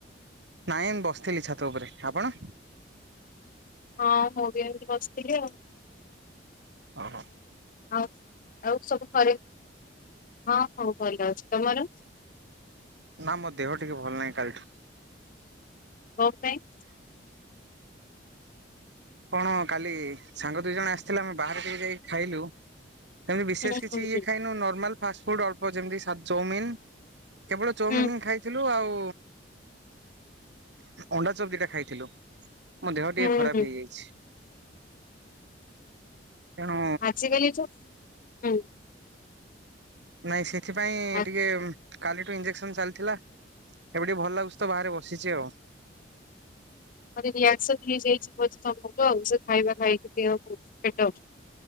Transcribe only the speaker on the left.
ହଁ ମୁଁ ବି ଏମିତି ବସିଥିଲି ଆଉ,
ଆଉ ଆଉ ସବୁ ଘରେ, ହଁ ହଁ ଭଲ ଅଛି ତମର?
କଅଁ ପାଇଁ?
ହୁଁ
ହୁଁ
ହୁଁ
ହୁଁ
ହୁଁ
ଆଜି କାଲି ତ ହୁଁ।
ଆଜି-
ବୋଧେ ରିଆକ୍ସନ ହେଇଯାଇଛି ବୋଧେ ତମକୁ ଆଉ ସେ ଖାଇବା ଖାଇକି ଦେହକୁ ପେଟ